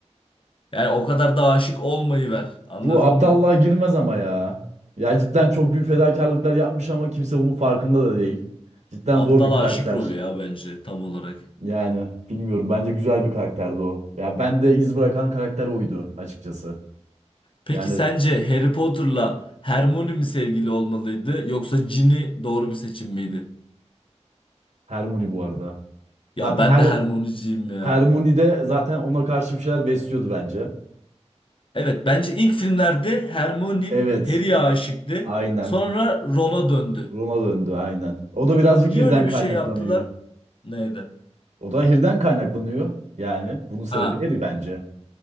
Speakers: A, on the left; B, on the right.
A: Yani o kadar da aşık olmayı ver anladın
B: Bu aptallığa
A: mı?
B: girmez ama ya. Ya cidden çok büyük fedakarlıklar yapmış ama kimse bunun farkında da değil. Cidden
A: Aptal
B: zor bir karakter.
A: aşık rolü ya bence tam olarak.
B: Yani bilmiyorum. Bence güzel bir karakterdi o. Ya ben de iz bırakan karakter oydu açıkçası.
A: Peki
B: Yani
A: sence Harry Potter'la Hermione mi sevgili olmalıydı yoksa Ginny doğru bir seçim miydi?
B: Hermione bu arada.
A: Ya
B: Zaten
A: ben
B: her
A: de Hermione'ciyim ya.
B: Hermione de zaten ona karşı bir şeyler besliyordu bence.
A: Evet bence ilk filmlerde Hermione
B: Evet.
A: Harry'ye aşıktı.
B: Aynen.
A: Sonra Ron'a döndü.
B: Ron'a döndü aynen. O da birazcık
A: Niye
B: Harry'den
A: öyle bir
B: kaynaklanıyor.
A: şey yaptılar? Neydi?
B: O da Harry'den kaynaklanıyor. Yani bunun sebebi
A: Ha.
B: Harry bence.